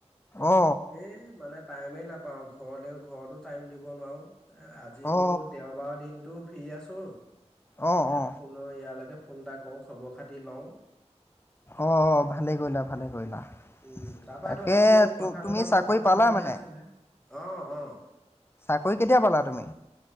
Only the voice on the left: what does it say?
অ
অ
অ অ
অ ভালে কৰিলা ভালে কৰিলা।
তাকে
তুমি
চাকৰি
পালা মানে?
চাকৰি কেতিয়া পালা তুমি?